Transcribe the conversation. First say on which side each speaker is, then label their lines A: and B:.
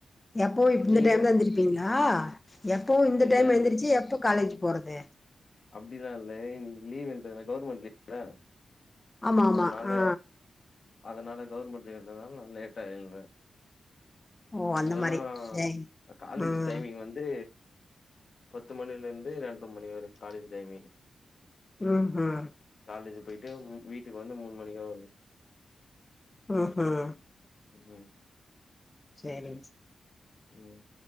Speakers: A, on the left; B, on the left.
A: எப்போவு இந்த
B: நீங்க
A: டைம் தா எழுந்திருப்பீங்களா எப்போவு இந்த
B: இல்ல
A: டைம்
B: இல்ல
A: எழுந்திரிச்சு எப்போ காலேஜ் போறது
B: அப்டிலா இல்ல இன்னிக்கி லீவ்ன்றது கவுர்மெண்ட் லீவ்தானே
A: ஆமா ஆமா
B: அதனால
A: ஆ
B: அதனால கவர்மெண்ட் லீவுன்றதுனால நா லேட்டா எழுந்த
A: ஓ அந்த
B: இல்லன்னா
A: மாரி சேரி
B: காலேஜ்
A: ம்
B: டைமிங் வந்து பத்து மணில இருந்து ரெண்டர மணி வரை காலேஜ் டைமிங்
A: ம்ஹூம்
B: காலேஜ் போய்ட்டு வீட்டுக்கு வந்து மூணு மணிக்கா வருவே
A: ம்ஹூம்
B: ம்
A: சரிங்
B: ம்